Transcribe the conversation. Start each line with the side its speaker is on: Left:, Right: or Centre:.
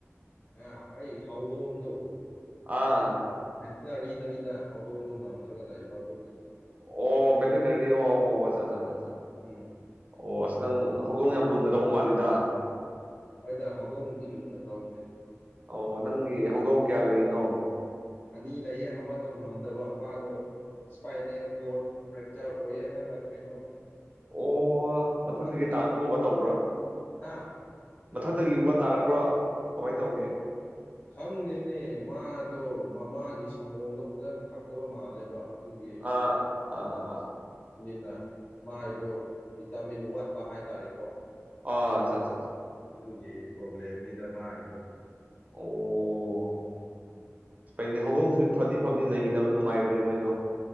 Left: ꯑ ꯑꯩ ꯍꯧꯗꯣꯡꯗ‌ꯣ
Right: ꯑꯥ
Left: ꯚꯦꯇꯤꯅꯔꯤꯗꯅꯤꯗ ꯍꯗꯣꯡꯗ‌ꯣ ꯉꯝꯗ꯭ꯔꯒ ꯂꯩꯕ ꯑꯗꯨꯒꯤ
Right: ꯑꯣ ꯚ‌ꯦꯇꯤꯅꯦꯔꯤ ꯑꯣ ꯑꯣ ꯑꯆꯥ ꯑꯆꯥ ꯆꯥ
Left: ꯎꯝ
Right: ꯑꯣ ꯑꯁ ꯅꯪ ꯍꯧꯗꯣꯡ ꯌꯥꯝ ꯂꯨꯅ ꯇꯧꯕ ꯃꯥꯜꯂꯤꯗ
Left: ꯍꯣꯏꯗ ꯍꯧꯗꯣꯡꯕꯗꯤ ꯂꯨꯅ ꯇꯧꯕꯅꯦ
Right: ꯑꯣ ꯅꯪꯒꯤ ꯍꯧꯗꯣꯡ ꯀꯌꯥ ꯂꯩꯔꯤꯅꯣ
Left: ꯑꯅꯤ ꯂꯩꯌꯦ ꯑꯃꯗꯣ ꯉꯝꯗꯕ ꯃꯥꯗꯣ ꯏꯁꯄꯥꯏꯅꯦꯜ ꯀꯣꯔꯠ ꯐ꯭ꯔꯦꯛꯆꯔ ꯑꯣꯏꯌꯦ ꯍꯥꯏꯕ ꯀꯩꯅꯣ
Right: ꯑꯣ ꯃꯊꯛꯇꯒꯤ
Left: ꯑꯉꯥꯡꯅꯤꯕ
Right: ꯇꯥꯔꯛꯄꯒꯨꯝꯕ ꯇꯧꯕ꯭ꯔꯥ
Left: ꯍꯥ
Right: ꯃꯊꯛꯇꯒꯤ ꯌꯨꯝꯕ ꯇꯥꯔꯛꯄ꯭ꯔꯣ ꯀꯃꯥꯏꯅ ꯇꯧꯒꯦ
Left: ꯈꯪꯗꯦꯅꯦ ꯃꯥꯗꯣ ꯃꯃꯥꯒꯤ ꯁꯪꯒꯣꯝꯗꯣ ꯐꯖꯅ ꯊꯛꯇꯕ ꯃꯥꯜꯂꯦꯕ ꯑꯗꯨꯒꯤ
Right: ꯑꯥ ꯑꯥ
Left: ꯟꯅ ꯃꯥꯏꯗꯣ ꯚꯤꯇꯥꯃꯤꯟ ꯋꯥꯠꯄ ꯍꯥꯏꯇꯥꯔꯦꯀꯣ
Right: ꯑꯣ ꯑꯆꯥꯆꯥꯆꯥ
Left: ꯑꯗꯨꯒꯤ ꯄ꯭ꯔꯣꯕ꯭ꯂꯦꯝꯅꯤꯗ ꯃꯥꯒꯤꯗꯣ
Right: ꯑꯣ
Left: ꯎꯝ
Right: ꯐꯩꯅꯤ ꯍꯧꯗꯣꯡꯁꯨ ꯐꯗꯤ ꯐꯕꯅꯤ ꯂꯩꯃꯤꯟꯅꯕ ꯅꯨꯡꯉꯥꯏꯕꯅꯦ ꯃꯣꯏꯗꯣ